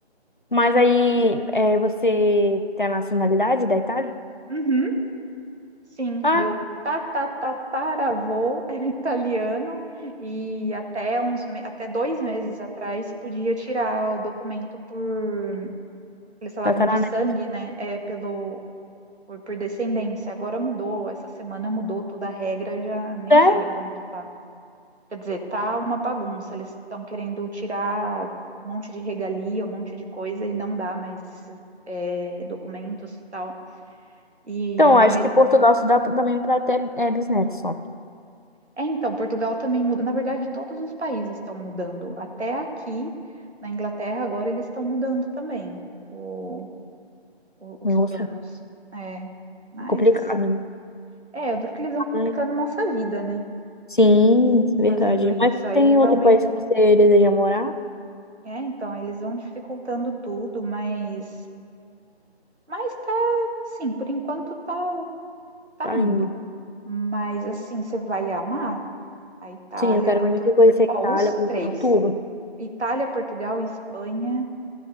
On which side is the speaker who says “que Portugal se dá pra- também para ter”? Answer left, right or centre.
Left